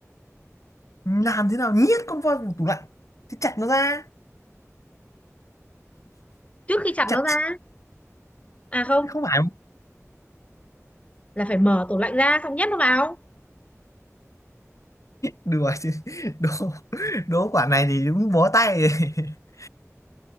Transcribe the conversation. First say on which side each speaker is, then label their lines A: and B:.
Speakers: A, on the left; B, on the left.
A: làm thế nào nhét con voi vào tủ lạnh thì chặt nó ra
B: trước khi chặt
A: chặt
B: nó ra à không
A: không phải
B: là phải mở tủ lạnh ra xong nhét nó vào
A: đùa chứ <laughs> đố đố quả này thì đúng bó tay <laughs>